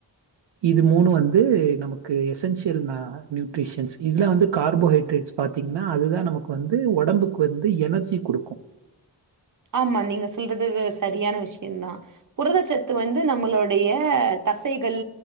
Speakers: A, on the right; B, on the right.
A: இது மூணு வந்து நமக்கு எசென்சியல் நியூட்ரிஷன்ஸ் இதுல வந்து கார்போஹைட்ரேட்ஸ் பாத்தீங்கன்னா அதுதான் நமக்கு வந்து ஒடம்புக்கு வந்து எனர்ஜி குடுக்கு
B: ஆமா நீங்க செய்தது சரியான விஷயம்தான் புரதச்சத்து வந்து நம்மொளுடைய தசைகள்